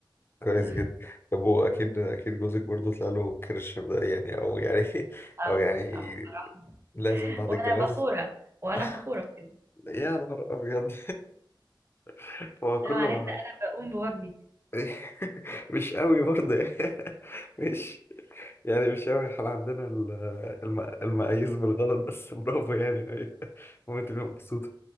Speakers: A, on the left; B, on the right.
A: كويس
B: <laughs>
A: جدا طب هو اكيد اكيد جوزك برضه طلع له كرش ده يعني او يعني <laughs>
B: اه
A: او يعني
B: اه بصراحه
A: لازم بعد
B: وانا
A: الجواز
B: فخوره وانا
A: <laughs>
B: فخوره بكده
A: يا نهار ابيض <laughs> هو
B: ده
A: كله
B: معناه
A: ما
B: ان انا بقوم بواجبي
A: <laughs> مش قوي برضه يعني. <laughs> مش يعني مش قوي احنا عندنا ال- الم... المقاييس بالغلط بس برافو يعني <laughs> ايوه ممكن تبقى مبسوطة